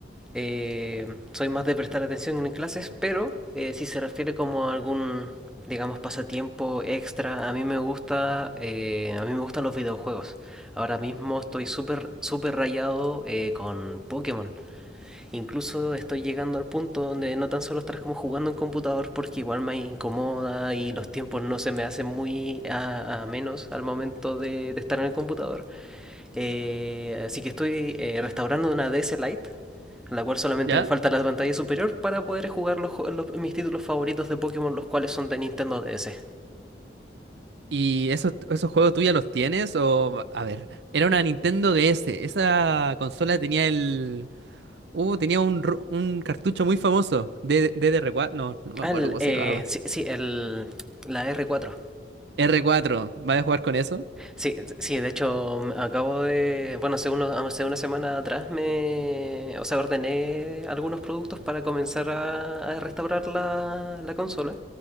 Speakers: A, in the centre; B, on the right.
A: Eh, soy más de prestar atención en clases, pero eh, si se refiere como a algún, digamos, pasatiempo extra, a mí me gusta, eh, a mí me gustan los videojuegos. Ahora mismo estoy súper, súper rayado eh, con Pokémon. Incluso estoy llegando al punto donde no tan solo estar como jugando en computador porque igual me incomoda y los tiempos no se me hacen muy a, a menos al momento de, de estar en el computador eh, así que estoy eh, restaurando una DS Lite, en la cual solamente
B: ¿Ya?
A: me falta la pantalla superior para poder jugar los, los- mis títulos favoritos de Pokémon, los cuales son de Nintendo DS.
B: ¿Y esos, esos juegos tú ya los tienes? O, a ver, era una Nintendo DS. Esa consola tenía el... Uh, tenía un, ro- un cartucho muy famoso. D- D R cuatro, No, no me
A: Ah,
B: acuerdo
A: el,
B: cómo
A: eh,
B: se llamaba.
A: sí, sí, el, la R4.
B: r cuatro, ¿Vas a jugar con eso?
A: Sí, sí, de hecho acabo de, bueno, hace, uno- hace una semana atrás me, o sea, ordené algunos productos para comenzar a, a restaurar la, la consola.